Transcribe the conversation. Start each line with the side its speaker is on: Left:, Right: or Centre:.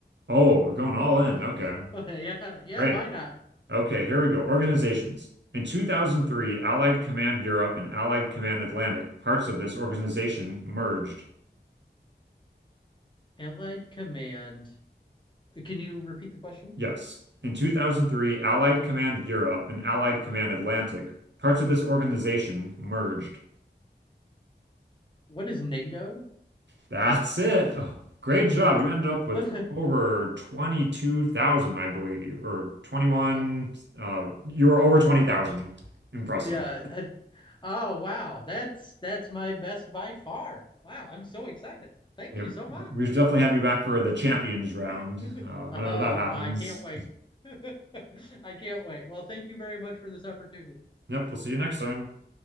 Right: Oh, we're going all in.
Left: <laughs>
Right: Okay.
Left: Yeah, yeah,
Right: Great.
Left: why not?
Right: Okay, here we go. Organizations. In 2003, Allied Command Europe and Allied Command Atlantic, parts of this organization merged.
Left: Allied Command. Can you repeat the question?
Right: Yes. In 2003, Allied Command Europe and Allied Command Atlantic, parts of this organization, merged.
Left: what is NATO?
Right: That's it. Oh, great job. You ended
Left: <laughs>
Right: up with over 22,000, I believe, or 21.
Left: Uh,
Right: Uh, you were over 20,000. Impressive.
Left: yeah. I, oh wow, that's that's my best by far. Wow, I'm so excited. Thank
Right: Yeah,
Left: you so much.
Right: we we should definitely have you back for the champions round,
Left: <laughs>
Right: uh,
Left: Oh,
Right: whenever that happens.
Left: I can't wait. <laughs> I can't wait. Well, thank you very much for this opportunity.
Right: Yep, we'll see you next time.